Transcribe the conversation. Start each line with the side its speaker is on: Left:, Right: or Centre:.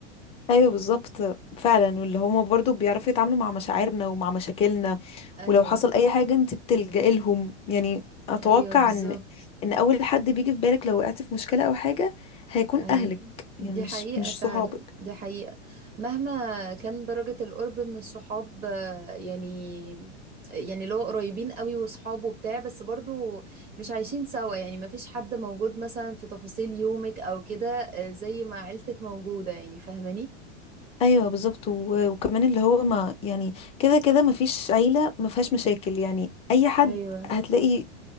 Left: ايوه بالظبط فعلا واللي هما برضو بيعرفوا يتعاملوا مع مشاعرنا ومع مشاكلنا
Right: ايوه
Left: ولو حصل اي حاجه انت بتلجئي لهم يعني اتوقع
Right: ايوه بالظبط
Left: ان ان اول حد بيجي في بالك لو وقعت في مشكله او حاجه هيكون
Right: ايوه
Left: اهلك
Right: دي
Left: يعني مش
Right: حقيقة
Left: مش
Right: فعلا
Left: صحابك
Right: دي حقيقة مهما كان درجة القرب من الصحاب آه، يعني يعني اللي هو قريبين قوي وصحاب وبتاع بس برضو مش عايشين سوا يعني ما فيش حد موجود مثلا في تفاصيل يومك او كده آه، زي ما عيلتك موجودة يعني فاهماني
Left: ايوه بالظبط و- وكمان اللي هو ما يعني كده كده ما فيش عيله ما فيهاش مشاكل يعني اي حد
Right: ايوه
Left: هتلاقي